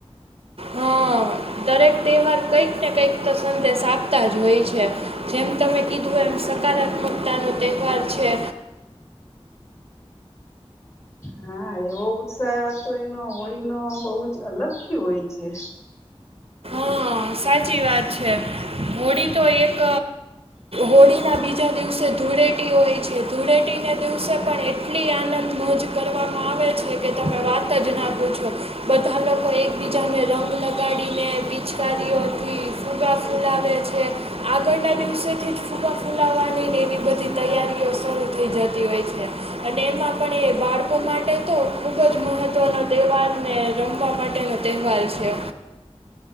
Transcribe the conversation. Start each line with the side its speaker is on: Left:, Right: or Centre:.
Right: હા દરેક તહેવાર કંઈક ને કંઈક તો સંદેશ આપતા જ હોય છે જેમ તમે કીધું એમ સકારાત્મકતા નો તહેવાર છે.
Left: હા એવો ઉત્સાહ તો એનો હોળીનો બહુ જ અલગથી હોય છે.
Right: હા સાચી વાત છે હોળી તો એક હોળીના બી જા દિવસે ધૂળેટી હોય છે ધૂળેટીને દિવસે પણ એટલી આનંદ મો જ કરવામાં આવે છે કે તમે વાત જ ના પૂછો બધા લોકો એકબીજાને રંગ લગાડીને પિછકારીઓથી ફુગા ફૂલાવે છે આ આગળના દિવસોથી જ ફુગા ફૂલાવાની નેવું બ થી તૈયારીઓ શરૂ થઈ જતી હોય છે અને એમાં પણ એ બાળકો માટે તો ખૂબ જ મહત્ત્વનો તહેવારને રમવા માટેનો તહેવાર છે